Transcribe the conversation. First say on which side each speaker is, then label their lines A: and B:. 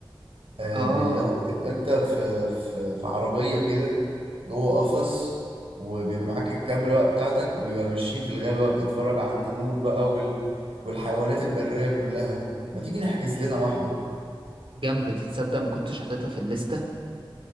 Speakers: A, on the right; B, on the right.
A: آه
B: اه
A: بي- اللي هو بتبقى انت في في في عربية كده جوه قفص وبيبقى معاك الكاميرا بقى بتاعتك وبيبقى ماشيين في الغابة بقى بتتفرج على النمور بقى وال... والحيوانات البرية كلها ما تيجي نحجز لنا واحدة
B: جامدة دي تصدق ما كنتش حاططها في الليستة